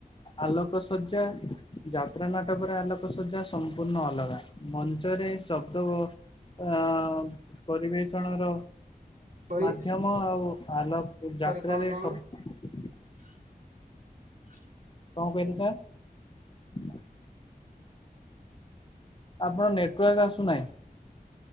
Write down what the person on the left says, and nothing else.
ଆଲୋକ ଶଯ୍ୟା ଯାତ୍ରା ନାଟକରେ ଆଲୋକ ଶଜଯା ସମ୍ପୂର୍ଣ୍ଣ ଅଲୋକ ମଞ୍ଚରେ ଶବ୍ଦ ଆ ପରିବେଷଣ ର
ମାଧ୍ୟମ ଆଉ ଆଲ
ଯାତ୍ରାରେ
ସବୁ
ଏଇନୁକା <inaudible> ଆପଣ ନେଟୱାର୍କ ଆସୁନାହିଁ।